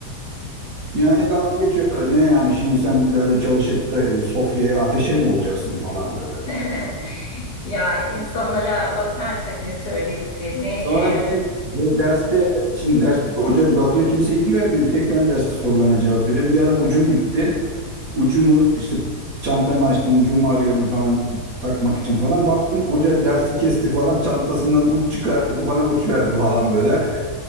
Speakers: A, on the right; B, on the left.
A: Yani dalga geçiyorlar ne yani şimdi sen böyle çalışıp da Sofya'ya ateşe mi olacaksın falan böyle.
B: <laughs> Ya insanlara bakarsak ne söylediklerini e,
A: Sonra benim de- derste şimdi ders hoca bakıyor kimse ilgilenmiyor bir tek ben derste sorularına cevap veriyorum. Bir ara ucum bitti. ucumu işte çantamı açtım ucumu arıyorum falan takmak için falan baktım hoca dersi kesti falan çantasından uç çıkardı bana uç verdi falan böyle.